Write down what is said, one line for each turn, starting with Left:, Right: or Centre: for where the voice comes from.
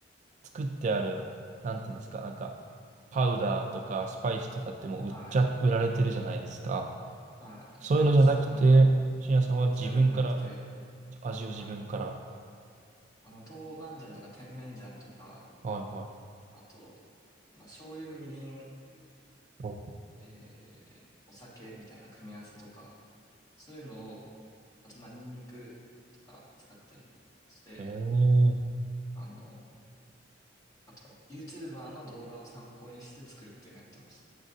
Right: 作ってある、なんていうんですか、なんか、パウダーとかスパイスとかってもう売っちゃ、
Left: ああ、はい。
Right: 売られてるじゃないですか。
Left: はい。
Right: そういうのじゃなくて、
Left: あれっす。はい。
Right: 深夜さんは自分から、
Left: そういうのじゃなくて、
Right: 味を自分から。
Left: はい。あの、豆板醤とか甜麺醤とか、
Right: はいはい。
Left: あと、まあ、醤油、みりん、
Right: お
Left: えー、お酒みたいな組み合わせとか、そういうのを、あと、まあ、ニンニクとか使ったりして、
Right: えー、
Left: あの、あと、YouTuber の動画を参考にして作るっていうのやってます。